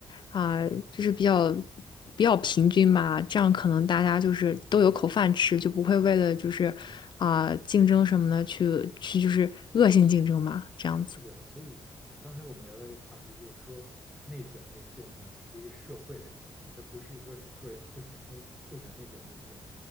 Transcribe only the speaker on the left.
啊，就是比较比较平均吧，这样可能大家就是都有口饭吃，就不会为了就是啊竞争什么的去去就是恶性竞争嘛，这样子。